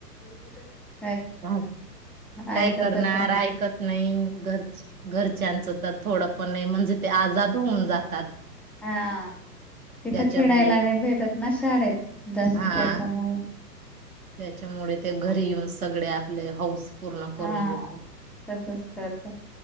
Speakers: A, in the centre; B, on the right.
A: <inaudible>
B: हा काय
A: ऐकतच
B: करणार
A: नाही
B: ऐकत नाही घरचे घरच्यांचं तर थोडं पण म्हणजे ते आजाद होऊन जातात.
A: हा तिथं
B: त्याच्यामुळे
A: खेळायला नाही भेटत ना शाळेत तसं
B: हा
A: त्याच्यामुळे.
B: त्याच्यामुळे ते घरी येऊन सगळे आपले हौस पूर्ण करून
A: हा
B: घेतात.
A: तसंच तर